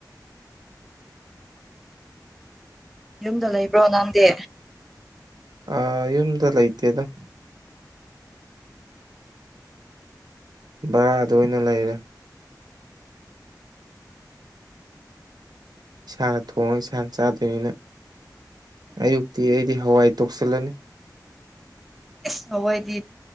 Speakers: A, in the centre; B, on the right.
A: ꯌꯨꯝꯗ ꯂꯩꯕ꯭ꯔꯣ ꯅꯪꯗꯤꯦ
B: ꯑ ꯌꯨꯝꯗ ꯂꯩꯇꯦꯗꯪ ꯚꯔꯥꯗ ꯑꯣꯏꯅ ꯂꯩꯔꯦ ꯏꯁꯥꯅ ꯊꯣꯡꯉꯒ ꯏꯁꯥꯅ ꯆꯥꯗꯣꯏꯅꯤꯅ ꯑꯌꯨꯛꯇꯤ ꯑꯩꯗꯤ ꯍꯋꯥꯏ ꯇꯣꯛꯁꯤꯜꯂꯅꯤ
A: ꯁꯕꯗꯤ